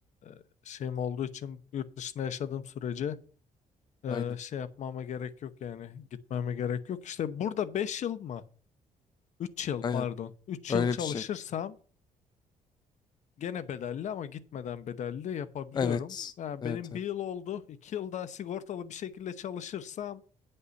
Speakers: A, on the left; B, on the left.
A: eee, şeyim olduğu için yurt dışında yaşadığım sürece eee,
B: Aynen.
A: şey yapmama gerek yok yani gitmeme gerek yok. İşte burada 5 yıl mı? üç yıl
B: Aynen.
A: pardon. üç
B: Öyle
A: yıl çalışırsam
B: bir şey.
A: gene bedelli ama gitmeden bedelli yapabiliyorum.
B: Evet.
A: yani
B: Evet.
A: benim
B: Evet.
A: bir yıl oldu. iki yıl daha sigortalı bir şekilde çalışırsam